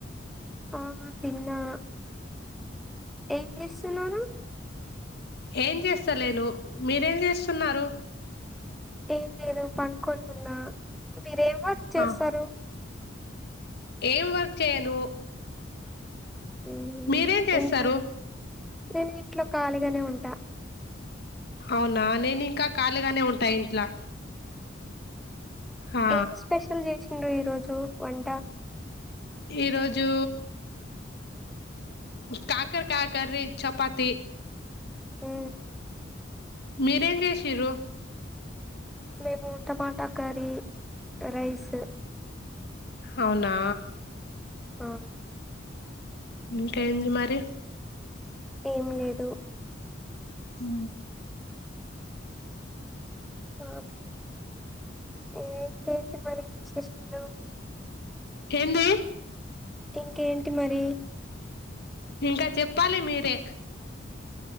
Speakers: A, in the centre; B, on the left.
A: ఆ తిన్నా, ఏం చేస్తున్నరు?
B: ఏం చేస్తాలేను, మీరేం చేస్తున్నారు?
A: ఏం లేదు, పండ్కొని ఉన్నా. మీరేం వర్క్ చేస్తరు?
B: ఆ ఏం వర్క్ చేయను.
A: మ్మ్
B: మీరేం చేస్తరు?
A: ఇంట్లో నేను ఇంట్లో ఖాళీగానే ఉంటా.
B: అవునా, నేనింకా కాళీగానే ఉంటా ఇంట్లా. ఆ
A: ఏమి స్పెషల్ చేస్ ర్రు ఈ రోజు వంట?
B: ఈరోజు కాకరకాయ కర్రీ చపాతి
A: ఉ
B: మీరేం చేసిరు
A: మేము టమాటా కర్రీ రైస్
B: అవునా
A: హ
B: ఇంకా ఎంది మరి
A: ఏం లేదు
B: హు
A: ఆ ఏంటండి మరి విశేషాలు
B: ఎంది
A: ఇంకేంటి మరి
B: ఇంకా చెప్పాలి మీరే